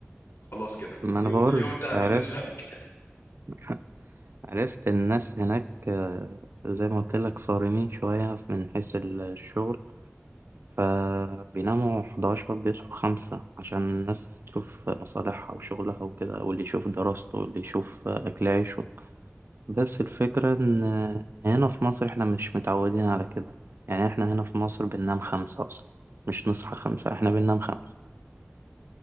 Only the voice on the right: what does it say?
ما
أنا بقول
لك،
عرفت
<laughs> عرفت الناس هناك آه، زي ما قلت لك صارمين شوية من حيث الشغل فبيناموا 11 بيصحوا خمسة عشان الناس تشوف مصالحها وشغلها وكده واللي يشوف دراسته واللي يشوف أكل عيشه بس الفكرة إن هنا في مصر إحنا مش متعودين على كده يعني إحنا هنا في مصر بننام خمسة أصلا مش نصحى خمسة إحنا بننام خمسة